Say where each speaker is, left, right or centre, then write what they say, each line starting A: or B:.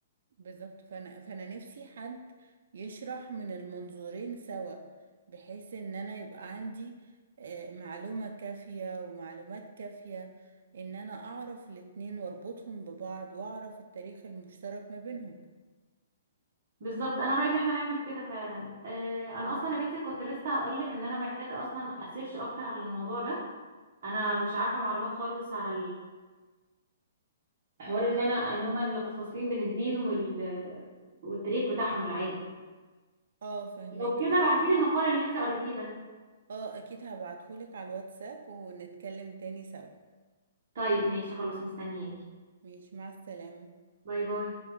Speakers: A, on the right; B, on the right.
A: بالظبط فانا فانا نفسي حد يشرح من المنظورين سوا بحيث ان انا يبقى عندي آه، معلومة كافية ومعلومات كافية ان انا اعرف الاتنين واربطهم ببعض واعرف التاريخ المشترك ما بينهم
B: بالظبط انا رايي ان احنا نعمل كده فعلا آه، انا اصلا يا بنتي كنت لسه هقول لك ان انا محتاجه اصلا اسيرش اكتر على الموضوع ده انا مش عارفه معلومات خالص على حوار ان انا اللي هما اللي فاصلين بين الدين وال... والتاريخ بتاعهم العادي
A: اه فهماك
B: لو كده
A: اكيد
B: بعتيلي المقال اللي انت قريتيه ده
A: اه اكيد هبعتهولك على الواتساب ونتكلم تاني سوا
B: طيب ماشي خلاص مستنياكي
A: ماشي مع السلامة
B: باي باي